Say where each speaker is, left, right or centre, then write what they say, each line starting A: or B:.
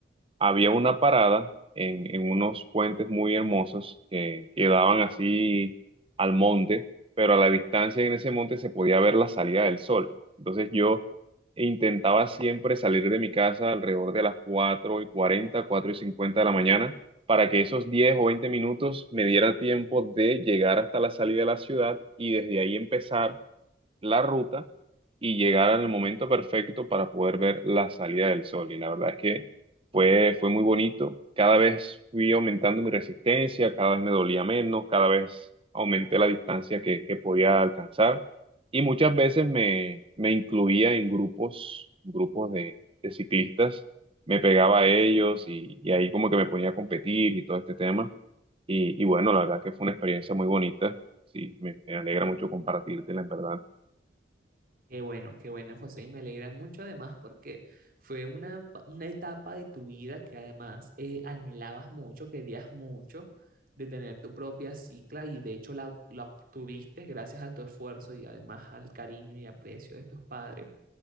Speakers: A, on the right (about 30°); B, on the right (about 55°).
A: había una parada en, en unos puentes muy hermosos que quedaban así al monte, pero a la distancia en ese monte se podía ver la salida del sol. Entonces yo intentaba siempre salir de mi casa alrededor de las cuatro y cuarenta 4 y 50 de la mañana, para que esos 10 o 20 minutos me diera tiempo de llegar hasta la salida de la ciudad y desde ahí empezar la ruta y llegar en el momento perfecto para poder ver la salida del sol. Y la verdad es que fue, fue muy bonito. Cada vez fui aumentando mi resistencia, cada vez me dolía menos, cada vez aumenté la distancia que, que podía alcanzar. Y muchas veces me, me incluía en grupos, grupos de, de ciclistas. Me pegaba a ellos y, y ahí como que me ponía a competir y todo este tema. Y, y bueno, la verdad que fue una experiencia muy bonita. Sí, me, me alegra mucho compartírtela, en verdad.
B: Qué bueno, qué bueno, José, y me alegra mucho además porque fue una, pa- una etapa de tu vida que además eh, anhelabas mucho, querías mucho de tener tu propia cicla y de hecho la, la obtuviste gracias a tu esfuerzo y además al cariño y aprecio de tus padres